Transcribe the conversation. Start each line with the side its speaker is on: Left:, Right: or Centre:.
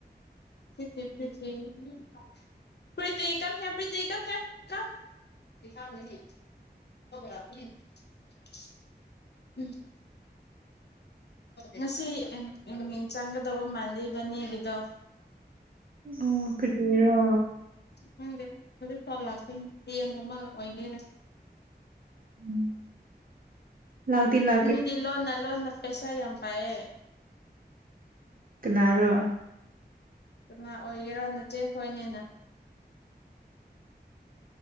Left: <unintelligible> <unintelligible> <unintelligible> <unintelligible> ꯎꯝ ꯉꯁꯤ <unintelligible> ꯆꯪꯒꯗꯧꯕ ꯃꯥꯟꯗꯦ ꯏꯕꯥꯟꯅꯤꯒꯤꯗꯣ
Right: ꯎꯝ ꯀꯔꯤꯔꯣ
Left: ꯅꯪꯗꯤ ꯍꯧꯖꯤꯛ ꯐꯥꯎ ꯂꯥꯛꯇꯣꯏꯅꯦ ꯍꯌꯦꯡ ꯒꯨꯝꯕ ꯑꯣꯏꯒꯦꯔ
Right: ꯎꯝ ꯂꯥꯛꯇꯤ ꯂꯥꯛ
Left: ꯃꯤꯗꯤ ꯂꯣꯟꯅ ꯂꯣꯟꯅ ꯄꯩꯁꯥ ꯌꯥꯝ ꯄꯥꯏꯌ‌ꯦ
Right: ꯀꯅꯥꯔꯣ
Left: ꯀꯅꯥ ꯑꯣꯏꯒꯦꯔꯣ ꯅꯆ‌ꯦꯈꯣꯏꯅꯦꯅ